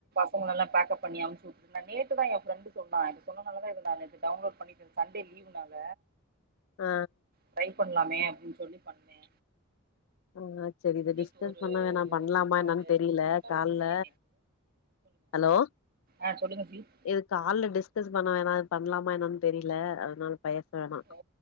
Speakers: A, on the right; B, on the left.
A: கில எல்லா பேக்கப் பண்ணி அனுப்ச்சி விட்டு நா நேத்துதா என் ஃப்ரெண்டு சொன்ன நீ சொன்னதுனால தா நா நேத்து டவுன்லோட் பண்ணி சண்டே லீவ்னால
B: அ
A: ட்ரை பண்லாமே அப்டின்னு சொல்லி பண்னே
B: ம் சேரி இத
A: நேத்து
B: டிஸ்கஸ்
A: ஒரு
B: பண்ண வேணா பண்ணலாமா
A: எத்தன காலு
B: என்னன்னு தெரில
A: அஞ்சு கால்
B: கால்ல
A: பேசுனே
B: ஹலோ
A: அ சொல்லுங்க ட்யூட்
B: இது கால்ல டிஸ்கஸ் பண்ண வேணா இது பண்லாமா என்னான்னு தெரியல அதனால வயசு வேணா
A: ஓ